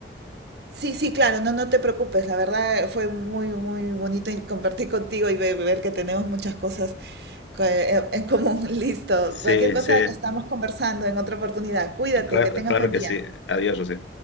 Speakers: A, on the right; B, on the left.
A: Sí, sí, claro, no, no te preocupes. La verdad fue muy, muy bonito y compartir contigo y ve- ver que tenemos muchas cosas co- eh, en común. <laughs> Listo.
B: Sí,
A: Cualquier cosa
B: sí,
A: que estamos conversando en otra oportunidad. Cuídate,
B: claro,
A: que tengas
B: claro
A: buen
B: que
A: día.
B: sí. Adiós, Rocío.